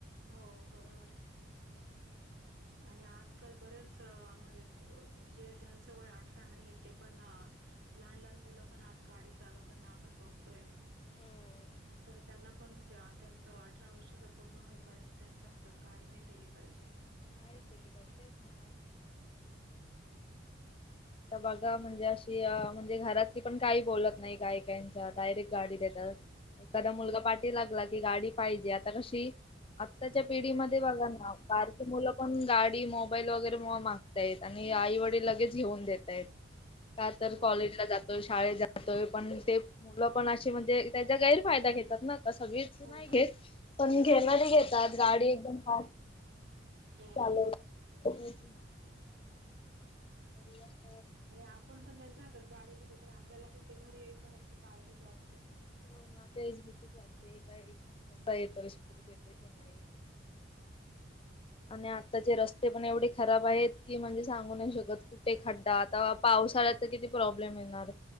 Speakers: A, on the right; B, on the left.
A: हो, बरोबर आहे ना. आणि आजकाल बरेच म्हज जे अ जेंचं वय आठ रा नाहीये ते पण अ. लहान लहान मुलं पण आज गाडी चालवताना आपण बघतोय.
B: हो नाहीच
A: तर त्यांना पण, ज्या त्यांच अठरा वर्षाचा पूर्ण होई पर्यंत त्यांच्या हातात गाडी नाही दिली पाहिजे.
B: नाही च दिली पाहिजे. तेच ना. आता बघा म्हणजे अशी अ म्हणजे घरातली पण काही बोलत नाही, काही काहिंच्या डायरेक्ट गाडी देतात. एखादा मुलगा पाठी लागला की, गाडी पाहिजे. आता कशी? आत्ताच्या पिढीमध्ये बघा ना, बारकी मुलं पण गाडी, मोबाईल वगैरे मागतायेत आणि आई वडील लगेच घेऊन देताएत, का तर
A: हो
B: कॉलेजला
A: हो
B: जातोय, शाळेत जा तोय, पण ते मुलं पण अशी म्हणजे त्याचा गैरफायदा घेतात ना. आता सगळीच
A: हो
B: नाही घेत,
A: ना
B: पण घेणारी घेतात. गाडी एकदम फास्ट
A: हो
B: चालवतात. तेच ना. वध्येया <unintelligible>
A: आणि आपण पण त्यांच्या हातात गाडी दिली तर, आपल्याला पण ते घरी येईपर्यंत काळजीच वाटते.
B: हो ना तेच भीतीच वाटते. काय कसा येतोय, सुखरूप येतोय की नाही. हा <inaudible> आणि आत्ताचे रस्ते पण एवढे खराब आहेत. की म्हणजे सांगू नाही शकत. कुठे खड्डा आता पाऊस पावसाळ्यात किती प्रॉब्लेम येणारआय.